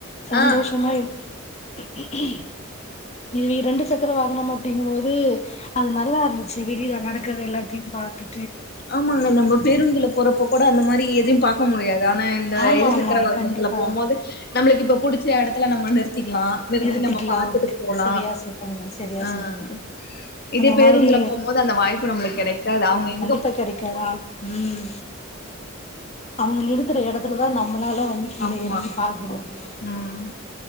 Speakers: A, on the left (about 30°); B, on the left (about 45°).
A: சந்தோஷமா
B: ஆ
A: இருக் இ நீ ரெண்டு சக்கர வாகனம் அப்டிங்கும்போது அது நல்லா இருந்துச்சு வெளிய நடக்குறது எல்லாத்தையு பாத்து
B: ஆமாங்க நம்ப பேருந்துள போறப்போ கூட அந்த மாரி எதையு பாக்க முடியாதா ஆனா இந்த
A: ஆமா
B: இருசக்கர
A: ஆமா
B: வாகனத்துல
A: கண்டிப்பா
B: போம்போது நம்மளுக்கு இப்ப பிடிச்ச எடத்துல நம்ம நிறுத் திக்லா நிறுத்தி
A: நிறுத்திக்கலா
B: நம்ம பாத்துட்டு போலா
A: சரியா சொன்னீங்க சரியா
B: ஆஹ்
A: சொன்னீங்க
B: இதே
A: அந்த
B: பேருந்துல
A: மாதிரி
B: போம்போது அந்த வாய்ப்பு நம்மளுக்கு கெடைக்காது அவங்க என்
A: ப்ப கெடைக்காதா உம் அவங்க எடுக்குற எடத்துல தா நம் நம்மளாலா வந்து கீழே
B: ஆமா
A: இறங்கி பாக்க முடியு
B: ம்